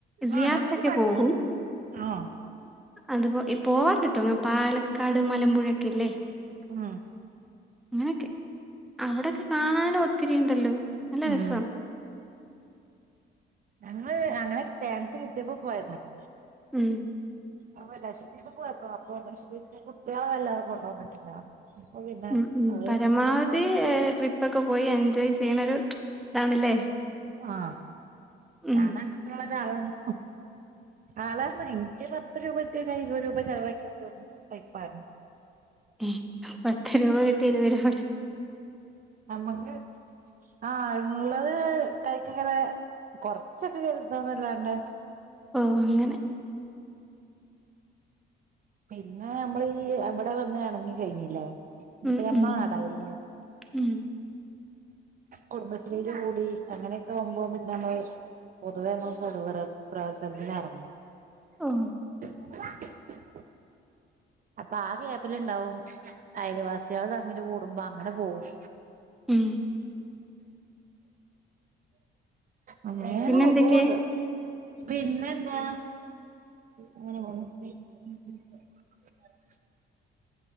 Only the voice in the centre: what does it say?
സിയാർത്തൊക്കെ
പോകും
അതുപോലെ പോവാൻ കിട്ടോ അങ്ങ് പാലക്കാട് മലമ്പുഴൊക്കെ അല്ലേ
അങ്ങനെയൊക്കെ അവിടൊക്കെ കാണാനും ഒത്തിരി ഉണ്ടല്ലോ നല്ല
രസാ
ഉം
ഉം ഉം
പരമാവധി ട്രിപ്പ് ഒക്കെ പോയി എൻജോയ് ചെയ്യണ ഒരു ഇതാണല്ലേ
ഉം
ഏഹ് പത്ത് രൂപ കിട്ടി ഇരുപത് രൂപ ചെ
ഓ അങ്ങനെ
ഉം
ഉം
ഉം
ഓഹ്
ഉം
പിന്നെ
എന്തൊക്കെ